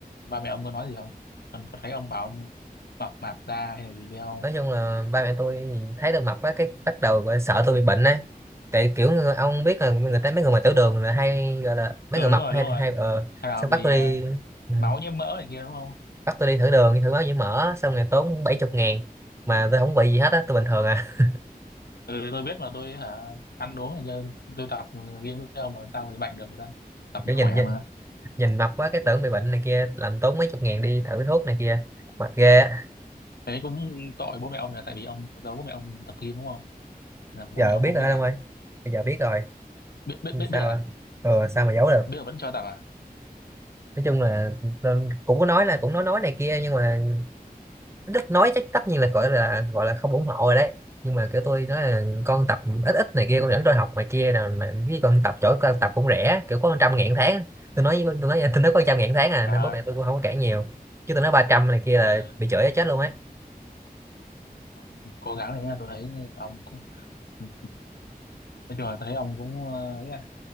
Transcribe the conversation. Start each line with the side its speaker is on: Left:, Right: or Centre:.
Left: ba mẹ ông có nói gì không còn có thấy ông bảo ông mập mạp ra hay là gì không
Right: nói chung là ba mẹ tôi thấy tôi mập á cái bắt đầu gọi là sợ tôi bị bệnh á tại kiểu người- ông biết là người ta mấy người mà tiểu đường là hay gọi là mấy
Left: ừ
Right: người mập
Left: đúng rồi
Right: hay
Left: đúng rồi
Right: hay ờ
Left: hay là
Right: xong bắt
Left: vì
Right: tôi
Left: à,
Right: đi ừ,
Left: máu nhiễm mỡ này kia đúng không
Right: bắt tôi đi thử đường thử máu nhiễm mỡ xong rồi tốn bảy chục ngàn mà tôi không bị gì hết á tôi bình thường à
Left: ừ tôi biết mà tôi hả ăn uống này kia tôi tập game với ông mà sao bị bệnh được người ta tập
Right: <laughs> kiểu
Left: để khỏe
Right: nhìn
Left: mà
Right: nhìn mập quá cái tưởng bị bệnh này kia làm tốn mấy chục ngàn đi thử thuốc này kia mệt ghê á.
Left: thế cũng tội bố mẹ ông là tại vì ông giấu bố mẹ ông tập game đúng không là bố
Right: giờ
Left: mẹ ông
Right: biết
Left: không
Right: rồi
Left: biết à
Right: không ơi bây giờ biết rồi
Left: biết biết
Right: Nhưng
Left: biết
Right: sao
Left: biết à
Right: á? ờ sao mà giấu được
Left: biết mà vẫn cho tập à
Right: nói chung là tôi cũng có nói là cũng nói nói này kia nhưng mà đất nói chắc tất nhiên là gọi là gọi là không ủng hộ rồi đấy nhưng mà kiểu tôi nói là con tập ít ít này kia con dẫn tôi học này kia nào là cái con tập chỗ con tập cũng rẻ kiểu có trăm ngàn tháng tôi nói với- tôi nói tôi nói có trăm ngàn tháng à
Left: à
Right: nên bố
Left: ơi
Right: mẹ tôi cũng không có cản nhiều chứ tôi nói ba trăm này kia là
Left: ờ
Right: bị chửi chết luôn ấy
Left: thôi, cố gắng này nha tôi thấy ông cũng ừ. nói chung là tôi thấy ông cũng ờ, ấy à,